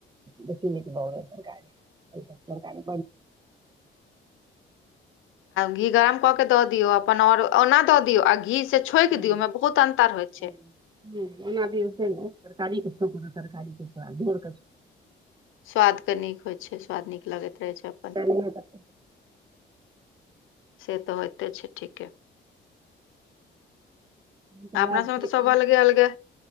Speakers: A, on the right; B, on the left.
A: बेसी नीक ब गा रकारी
B: घी गरम कऽ के दऽ दियौ अपन आओर ओना दऽ दियौ आ घी से छोंकि
A: हू हू।
B: दियौ ओहिमे बहुत अन्तर होइ छै
A: ह ओना भऽ ने तरकारी के तरकारी केर
B: स्वाद के नीक होय छै स्वाद नीक लगैत रहे छै अपन।
A: काल तऽ
B: से तऽ होइते छै ठीके।
A: छै वएह
B: अपना
A: छै
B: से तऽ
A: कि
B: सभ अलगे अलगे